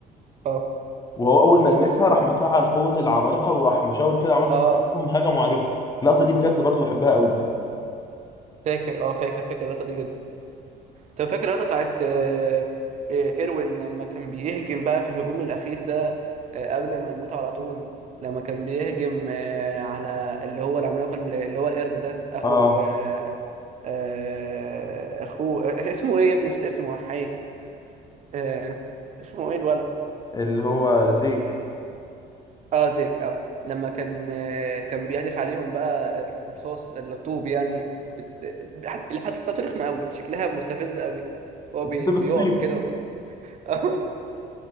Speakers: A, on the right; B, on the left.
A: اه
B: وهو اول ما لمسها راح مفعل قوه العمالقه وراح مشاور كده العمالقه
A: اه
B: كلهم هجموا عليهم اللقطه دي بجد برضو بحبها قوي
A: فاكر اه فاكر فاكر اللقطه دي جدا طب فاكر اللقطه بتاعت آه آه ايروين لما كان بيهجم بقى في الهجوم الاخير ده آه قبل ما يموت على طول لما كان بيهجم آه على اللي هو العملاق اللي اللي هو القرد ده اخو
B: اه
A: آه آه اخوه آه، اسمه ايه يا ابني نسيت اسمه حي آه اسمه ايه الولد
B: اللي هو زيك
A: اه زيك اه لما كان آه كان بيحدف عليهم بقى الرصاص الطوب يعني بت... بت- الحادثة بتاعته رخمة قوي شكلها مستفز قوي هو
B: <laughs>
A: بي...
B: بتصيب
A: بيقف كده و... <laughs>